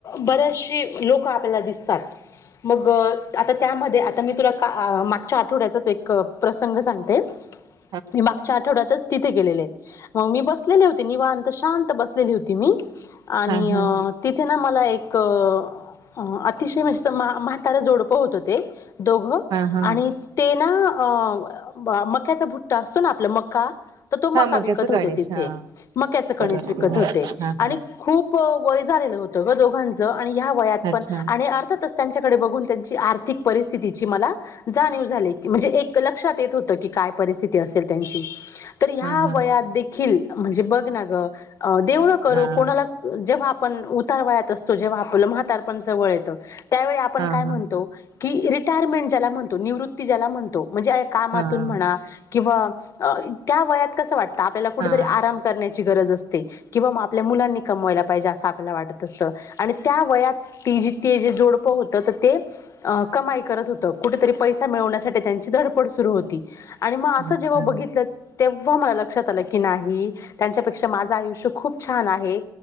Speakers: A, on the left (about 50°); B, on the right (about 80°).
A: बऱ्याचशी लोक आपल्याला दिसतात. मग आता त्यामध्ये, आता मी तुला का मागच्या आठवड्याचाच एक प्रसंग सांगते.
B: <inaudible>
A: मी मागच्या आठवड्यातच तिथे गेलेले, मग मी बसलेले होते निवांत. तर शांत बसलेली होती मी आणि
B: हां, हां.
A: अ.. तिथे ना मला एक अतिशय म्हजे म्हातार जोडपं होत ते. दोघं
B: हां, हां.
A: आणि ते ना अ.. मक्याचा भुट्टा असतो ना आपला मका- तर तो मका
B: हां, मक्याचं
A: विकत होते
B: कणीस.
A: तिथे.
B: हां,
A: मक्याचे कणीस
B: असतील.
A: विकत
B: हां,
A: होते
B: हां,
A: आणि-
B: हां.
A: खूप वय झालेलं होतं ग दोघांचं, आणि ह्या वयात
B: अच्छा.
A: पण आणि अर्थ- तसंच त्यांच्याकडे बघून त्यांची आर्थिक परिस्थितीची मला. जाणीव झाली. की म्हणजे एक लक्षात येत होतं की, काय परिस्थिती असेल त्यांची तर ह्या
B: हां, हां.
A: वयात देखील म्हणजे बघ ना ग.. देव ना करो
B: हां.
A: कोणालाच, जेव्हा आपण उतार वयात असतो जेव्हा आपलं म्हातारपण जवळ येतो. त्यावेळी आपण
B: हां,
A: काय म्हणतो,
B: हां.
A: की रिटायरमेंट ज्याला म्हणतो निवृत्ती ज्याला म्हणतो म्हणजे त्या- कामातून
B: हां,
A: म्हणा किंवा अ.. त्या वयात कस वाटतं आपल्याला कुठे
B: हां.
A: तरी आराम- करण्याची गरज असते. किंवा मग आपल्या मुलांनी कमवायला पाहिजे असं आपल्याला वाटत असतं आणि त्या वयात - ती जि ते जे जोडपं होत तर ते - अ कमाई करत होत. कुठेतरी पैसा मिळवण्यासाठी त्यांची धडपड सुरू होती. आणि मग असं
B: अच्छा,
A: जेव्हा बघितलं तेव्हा मला लक्षात आलं की नाही त्यांच्यापेक्षा माझ - आपल आयुष्य खूप छान आहे.